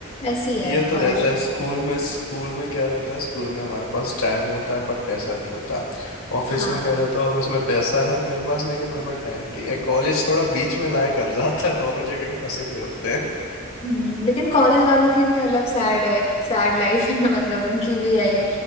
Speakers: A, on the left (about 30°); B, on the left (about 85°).
A: ऐसी है
B: ये तो
A: कॉलेज
B: रहता
A: में
B: है स्कूल
A: तो
B: में स्कूल में क्या रहता है स्कूल में हमारे पास टाइम होता है पर पैसा नहीं होता ऑफिस
A: हाँ
B: में क्या रहता है ऑफिस में पैसा है मेरे पास लेकिन मेरे पास टाइम नहीं है कॉलेज थोड़ा बीच में लाया कर जाता है दोनों जगह के फंसे हुए होते हैं
A: हम्म, लेकिन कॉलेज वालों की भी अलग सैड है सैड लाइफ है <laughs> मतलब उनकी भी यही